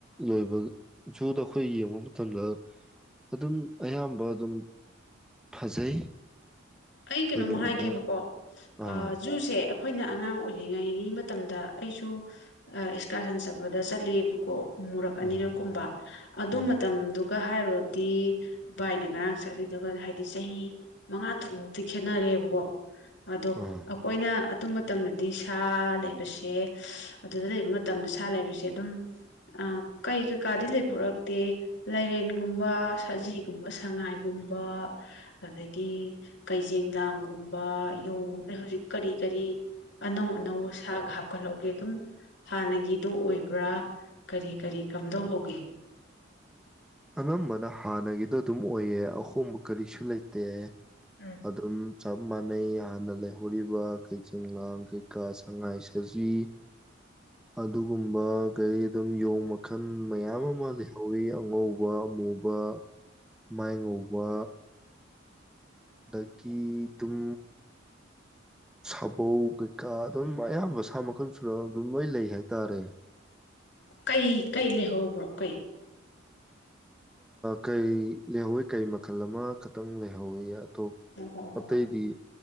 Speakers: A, in the centre; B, on the left.
A: ꯂꯣꯏꯕ ꯖꯨꯗ ꯑꯩꯈꯣꯏ ꯌꯦꯡꯉ ꯃꯇꯝꯗ ꯑꯗꯨꯝ ꯑꯌꯥꯝꯕ ꯑꯗꯨꯝ ꯐꯖꯩ
B: ꯑꯩ
A: ꯑꯩꯈꯣꯏꯅ
B: ꯀꯩꯅꯣꯃ ꯍꯥꯏꯒꯦꯕꯀꯣ
A: ꯎꯒꯦ ꯑꯥ
B: ꯖꯨꯁꯦ ꯑꯩꯈꯣꯏꯅ ꯑꯉꯥꯡ ꯑꯣꯏꯔꯤꯉꯩꯒꯤ ꯃꯇꯝꯗ ꯑꯩꯁꯨ ꯑꯦꯛꯁꯀꯥꯔꯁꯟ ꯆꯠꯄꯗ ꯆꯠꯂꯦꯕꯀꯣ ꯃꯨꯔꯛꯑꯅꯤꯔꯛ
A: ꯑꯥ
B: ꯀꯨꯝꯕ ꯑꯗꯨ
A: ꯑꯥ
B: ꯃꯇꯝꯗꯨ ꯑꯗꯨꯒ ꯍꯥꯏꯔꯨꯔꯗꯤ ꯚꯏꯅ ꯉꯔꯥꯡ ꯆꯠꯂꯤꯗꯨꯒ ꯍꯥꯏꯗꯤ ꯆꯍꯤ ꯃꯉꯥ ꯇꯔꯨꯛꯃꯨꯛꯇ ꯤ ꯈꯦꯠꯅꯔꯦꯕꯀꯣ ꯑꯗꯣ
A: ꯑꯥ
B: ꯑꯩꯈꯣꯏꯅ ꯑꯗꯨ ꯃꯇꯝꯗꯗꯤ ꯁꯥ ꯂꯩꯕꯁꯦ ꯑꯗꯨꯗ ꯂꯩꯕ ꯃꯇꯝꯗ ꯁꯥ ꯂꯩꯕꯁꯦ ꯑꯗꯨꯝ ꯑ ꯀꯩ ꯀꯩꯀꯥꯗꯤ ꯂꯩꯕꯔꯛꯇꯦ ꯂꯥꯏꯔꯦꯟꯒꯨꯝꯕ ꯁꯖꯤꯒꯨꯝꯕ ꯁꯉꯥꯏꯒꯨꯝꯕ ꯑꯗꯒꯤ ꯀꯩꯖꯦꯟꯗꯥꯥꯡꯒꯨꯝꯕ ꯌꯣꯡꯒꯨꯝꯕꯅ ꯍꯧꯖꯤꯛ ꯀꯔꯤ ꯀꯔꯤ ꯑꯅꯧ ꯑꯅꯧꯕ ꯁꯥꯒ ꯍꯥꯞꯀꯠꯍꯧꯒꯦ ꯑꯗꯨꯝ ꯍꯥꯟꯅꯒꯤ ꯑꯗꯨ ꯑꯣꯏꯕ꯭ꯔꯥ ꯀꯔꯤ ꯀꯔꯤ ꯀꯝꯗꯧꯍꯧꯒꯦ
A: ꯑꯅꯝꯕꯅ ꯍꯥꯟꯅꯒꯤꯗꯣ ꯑꯗꯨꯝ ꯑꯣꯏꯌꯦ ꯑꯍꯣꯡꯕ ꯀꯔꯤꯁꯨ ꯂꯩꯇꯦ
B: ꯎꯝ
A: ꯑꯗꯨ ꯑꯗꯨꯝ ꯆꯞ ꯃꯥꯟꯅꯩ ꯍꯥꯟꯅ ꯂꯩꯍꯧꯔꯤꯕ ꯀꯩꯖꯤꯡꯒꯥꯡ ꯀꯩꯀꯥ ꯁꯉꯥꯏ ꯁꯖꯤ ꯑꯗꯨꯒꯨꯝꯕ ꯀꯩ ꯑꯗꯨꯝ ꯌꯣꯡ ꯃꯈꯜ ꯃꯌꯥꯝ ꯑꯃ ꯂꯩꯍꯧꯋꯤ ꯎ ꯎ ꯋꯥ ꯃꯨꯕ ꯃꯥꯏ ꯉꯧꯕ ꯑꯗꯒꯤ ꯇꯝ ꯁꯥꯕꯧ ꯀꯩꯀꯥ ꯑꯗꯨꯝ ꯑꯌꯥꯝꯕ ꯁꯥ ꯃꯈꯟ ꯁꯨꯔ ꯑꯗꯨꯝ ꯂꯣꯏ ꯂꯩ ꯍꯥꯏꯇꯥꯔꯦ
B: ꯀꯩ ꯀꯩ ꯂꯩꯍꯧꯕ꯭ꯔꯣ ꯀꯩ
A: ꯀꯩ ꯂꯩꯍꯧꯋꯤ ꯀꯩ ꯃꯈꯜ ꯑꯃꯈꯇꯪ ꯂꯩꯍꯧꯋꯤ
B: ꯑꯣ ꯍꯣ ꯍꯣ
A: ꯄꯠꯇꯗꯤꯌꯦ